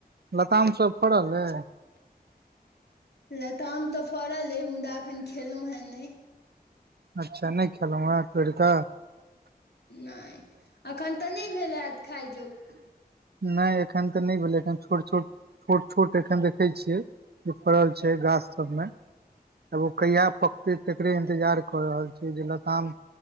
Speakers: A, on the right; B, on the left.
A: लताम सब फड़ल अइ
B: लताम तऽ फड़ल अइ मुदा एखन खेलहुँ हें नहि
A: अच्छा नहि खेलहुँं हें तोड़िकऽ
B: नहि अखन तऽ नहि भेल हैत खाइ जोग
A: नहि एखन तऽ नहि भेलै एखन छोट छोट छोट छोट एखन देखै छियै जे फड़ल छै गाछ सब मे आब ओ कहिया पकतै तेकरे इन्तजार कऽ रहल छियै जे लताम